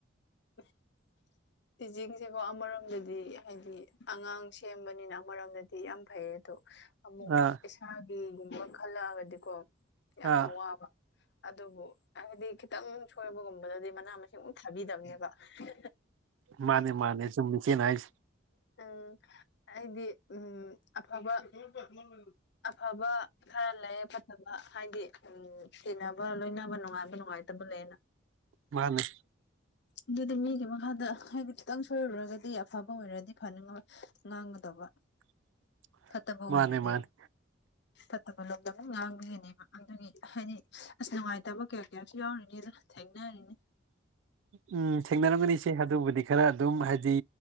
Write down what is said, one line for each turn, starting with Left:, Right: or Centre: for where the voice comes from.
Left: <unintelligible> ꯇꯤꯖꯤꯡꯖꯦꯀꯣ ꯑꯃꯔꯣꯝꯗꯗꯤ ꯍꯥꯏꯗꯤ ꯑꯉꯥꯡ ꯁꯦꯝꯕꯅꯤꯅ ꯑꯃꯔꯣꯝ ꯗꯗꯤ ꯌꯥꯝ ꯐꯩꯌꯦ ꯑꯗꯨ ꯑꯃꯨꯛ
Right: ꯑꯥ
Left: ꯏꯁꯥꯒꯤꯒꯨꯝꯕ ꯈꯜꯂꯛꯑꯒꯗꯤꯀꯣ ꯌꯥꯝꯅ
Right: ꯑꯥ
Left: ꯋꯥꯕ ꯑꯗꯨꯕꯨ ꯍꯥꯏꯕꯗꯤ ꯈꯤꯇꯪ ꯁꯣꯏꯕꯒꯨꯝꯕꯗꯗꯤ ꯃꯅꯥ ꯃꯁꯤꯡ ꯑꯃꯨꯛ ꯊꯥꯕꯤꯗꯝꯅꯦꯕ <unintelligible>
Right: ꯃꯥꯅꯤ ꯃꯥꯅꯦ ꯆꯨꯝꯃꯦ ꯏꯆꯦꯅ ꯍꯥꯏ
Left: ꯑ ꯑꯩꯗꯤ ꯎꯝ ꯑꯐꯕ <unintelligible> ꯑꯐꯕ ꯈꯔ ꯂꯩꯌꯦ ꯐꯠꯇꯕ ꯍꯥꯏꯗꯤ ꯎꯝ ꯇꯤꯟꯅꯕ ꯂꯣꯏꯅꯕ ꯅꯨꯡꯉꯥꯏꯕ ꯅꯨꯡꯉꯥꯏꯇꯕ ꯂꯩꯌꯦꯅ
Right: ꯃꯥꯅꯦ
Left: ꯑꯗꯨꯗ ꯃꯤꯒꯤ ꯃꯈꯥꯗ ꯍꯥꯏꯗꯤ ꯈꯤꯇꯪ ꯁꯣꯏꯔꯨꯔꯒꯗꯤ ꯑꯐꯕ ꯑꯣꯏꯔꯗꯤ ꯐꯅꯤꯡꯉꯥ ꯏ ꯉꯥꯡꯒꯗꯕ
Right: <inaudible>
Left: ꯐꯠꯇꯕ ꯑꯣꯏꯔꯗꯤ
Right: ꯃꯥꯅꯦ
Left: ꯐꯠꯇꯕ ꯂꯣꯝꯗ ꯑꯃꯨꯛ ꯉꯥꯡꯕꯤꯒꯅꯦꯕ ꯑꯗꯨꯒꯤ ꯍꯥꯏꯗꯤ ꯑꯁ ꯅꯨꯡꯉꯥꯏꯇꯕ ꯀꯌꯥ ꯀꯌꯥꯁꯨ ꯌꯥꯎꯔꯤꯅꯤꯗ ꯊꯦꯡꯅꯔꯤꯅꯦ
Right: ꯎꯝ ꯊꯦꯡꯅꯔꯝꯒꯅꯤꯁꯦ ꯑꯗꯨꯕꯨꯗꯤ ꯈꯔ ꯑꯗꯨꯝ ꯍꯥꯏꯗꯤ